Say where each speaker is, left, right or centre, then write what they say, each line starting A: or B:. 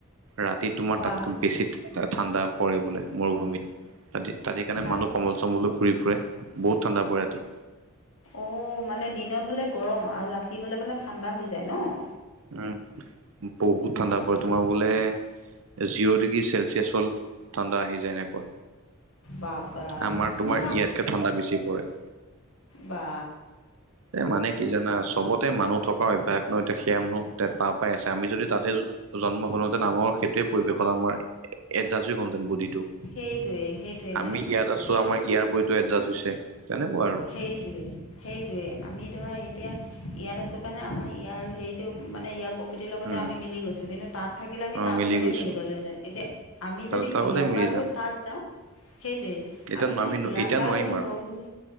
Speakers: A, on the right; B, on the left.
A: ৰাতি তোমাৰ
B: বা
A: তাতকৈ বেছি ঠা টা ঠাণ্ডা পৰে বোলে। মৰুভূমিত ৰাতি তাত সেইকাৰণে
B: ৰাতি
A: মানুহ কম্বল চম্বল লৈ ঘূৰি ফুৰে বহুত ঠাণ্ডা পৰে ৰাতি।
B: অ মানে দিনত হলে গৰম আৰু ৰাতি হলে মানে ঠাণ্ডা হৈ যায় ন?
A: উম, বহুত ঠাণ্ডা
B: অঁ
A: পৰে
B: সেই
A: তোমাৰ বোলে জিৰ' ডিগ্ৰী চেলচিয়াছ হল ঠাণ্ডা আহি যায় এনেকোৱা,
B: বাবা
A: আমাৰ
B: তেনেকুৱা
A: তোমাৰ ইয়াতকে ঠাণ্ডা বেছি পৰে।
B: বা।
A: এ মানে কি জানা চবতে মানুহ থকা অভ্যাস ন' এতিয়া মানুহ তাৰ পৰাই আছে। আমি যদি তাতে জন্ম হলোঁ হেতেন আমাৰো সেইটোৱে পৰিৱেশত আমাৰ এডজাষ্ট হৈ গ'ল হেঁতেন বডীটো।
B: সেইটোৱে সেইটোৱে
A: আমি
B: মানে
A: ইয়াত আছো
B: কি
A: আমাৰ ইয়াৰ বডীটো এডজাষ্ট হৈছে। তেনেকুৱা আৰু
B: সেইটোৱেই। সেইটোৱে, আমি ধৰা এতিয়া ইয়াত আছোঁ কাৰণে আমাৰ ইয়াৰ হেৰিটো মানে ইয়াৰ প্ৰকৃতিৰ লগতে
A: উম
B: আমি মিলি গৈছোঁ। কিন্তু তাত থাকিলে আমি
A: অ
B: তাৰ লগতেই
A: গৈছো
B: মিলি গলো হেঁতেন। এতিয়া আমি
A: তাৰ
B: যদি ইয়াৰ
A: লগতে মিলি
B: পৰা
A: যাম
B: গৈ তাত যাওঁ সেইটোৱে,
A: এতিয়া
B: আমি
A: ন-
B: যদি
A: ন-
B: ইয়াৰ
A: এতিয়া
B: পৰা
A: নোৱাৰিম
B: গৈ
A: আৰু
B: মৰুভূমি